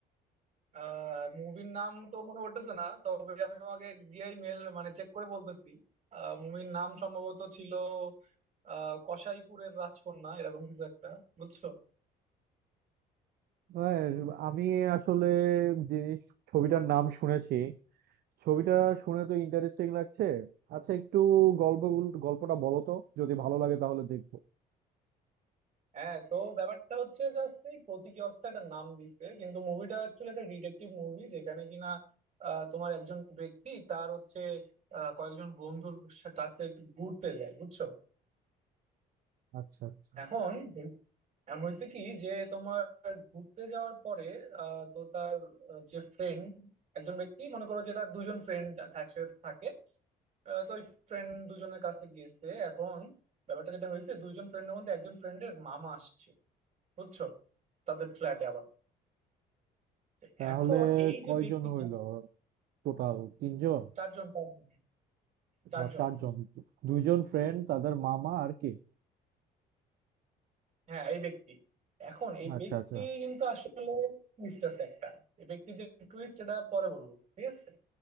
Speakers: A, on the right (about 40°); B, on the right (about 65°).
A: আহ মুভির নাম তো মনে পড়তেছে না তবে আমি তোমাকে গিয়েই মেল মানে চেক করে বলতেছি আহ মুভির নাম সম্ভবত ছিল আহ কসাইপুরের রাজকন্যা এরকম কিছু একটা বুঝছো
B: হ্যাঁ আমি আসলে জিনিস ছবিটার নাম শুনেছি ছবিটা শুনে তো ইন্টারেস্টিং লাগছে আচ্ছা একটু গল্প গল্পটা বলো তো যদি ভালো লাগে তাহলে দেখবো
A: হ্যাঁ তো ব্যাপারটা হচ্ছে জাস্ট এই প্রতীকী অর্থে একটা নাম দিছে কিন্তু মুভিটা অ্যাকচুয়ালি একটা ডিটেকটিভ মুভি যেখানে কিনা আহ, তোমার একজন ব্যক্তি তার হচ্ছে আহ, কয়েকজন বন্ধুর সা- কাছে একটু ঘুরতে যায় বুঝছো
B: আচ্ছা আচ্ছা
A: এখন হই- এখন হয়েছে কি যে তোমার ঘুরতে যাওয়ার পরে আহ, তো তার আহ, যে ফ্রেন্ড একজন ব্যক্তি মনে করো যে তার দুজন ফ্রেন্ড একসাথে থাকে আহ, তো ওই ফ্রেন্ড দুজনের কাছে গেছে এখন ব্যাপারটা যেটা হয়েছে দুইজন ফ্রেন্ডের মধ্যে একজন ফ্রেন্ডের মামা আসছে বুঝছো তাদের ফ্ল্যাটে আবার তো
B: তাহলে
A: এখন এই যে
B: কয়জন
A: ব্যক্তি
B: হইলো
A: যে-
B: টোটাল তিনজন
A: চারজন চারজন চারজন
B: আর চারজন দুইজন ফ্রেন্ড তাদের মামা আর কে
A: হ্যাঁ এই ব্যক্তি এখন এই
B: আচ্ছা
A: ব্যক্তি
B: আচ্ছা
A: কিন্তু আসলে টুইস্ট আছে একটা এই ব্যক্তি যে টুইস্ট এটা পরে বলবো ঠিক আছে